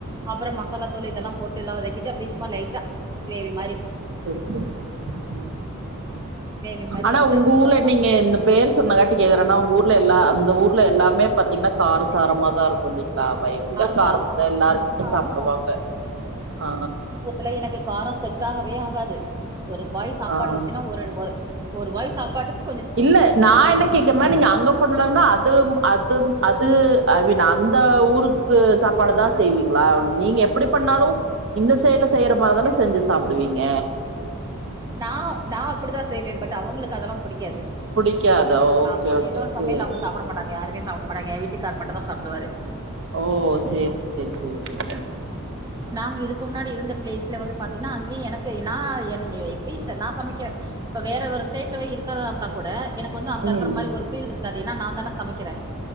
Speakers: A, on the right (about 15°); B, on the right (about 55°).
A: அப்ற மசாலாத்தூள் இதெல்லா போட்டு எல்லா வதக்கிட்டு அப்டியே சும்மா லைட்டா க்ரேவி மாரி
B: செர் செர் செர் செர்
A: கிரேவி மாரி
B: ஆனா
A: வச்சாச்சு
B: உங்க ஊர்ல
A: அவ்ளோதா
B: நீங்க இந்த பேர் சொன்னங்காட்டி கேக்குறேன்னா உங்க ஊர்ல எல்லா அந்த ஊர்ல எல்லாமே பாத்திங்னா கார சாரமாதா இருக்கு இல்லிங்களா பைக் இந்த
A: ஆமா
B: காரத்ததா
A: ஆமா
B: எல்லாருமே
A: ஆமா
B: சாப்புடுவாங்க ஆ
A: ல எனக்கு காரோ செட் ஆகவே ஆகாது ஒரு வாய் சாப்பாடு
B: ஆ
A: வச்சுன்னா ஒரு ஒரு ஒரு வாய் சாப்பாட்டுக்
B: இல்ல நான் என்ன கேக்குறனா நீங்க அங்க <unintelligible> அதுல அதும் அது ஐ மீன் அந்த ஊருக் து சாப்பாடுதா செய்விங்ளா நீங்க எப்படி பண்ணாலு இந்த சைட்ல செய்யற மாரிதானே செஞ்சு சாப்பிடுவீங்க
A: நா நா அப்டிதா செய்வே பட் அவுங்களுக்கு அதெல்லா பிடிக்காது
B: புடிக்காதா ஓகே
A: ஆமா
B: ஓகே
A: என்னோட சமையல்
B: சேரி
A: அவங்க
B: சேரி
A: சாப்பிட மாட்ட ங்க யாருமே சாப்ட மாட்டாங்க எ வீட்டுக்கார் மட்டும்தா சாப்புடுவாரு
B: ஓ சேரி சேரி சேரி சேரி
A: நாங்க இதுக்கு முன்னாடி இருந்த ப்ளேஸ்ல வந்து பாத்திங்னா அங்கயு எனக்கு நா என் இப்பையு நா சமைக்க இப்ப வேற ஒரு ஸ்டேட்லவே இருக்கறதா இருந்தா கூட எனக்கு வந்து அங்க
B: ம்
A: இருக்கற மாதிரி ஒரு ஃபீல் இருக்காது ஏன்னா நாந்தானே சமைக்கிறே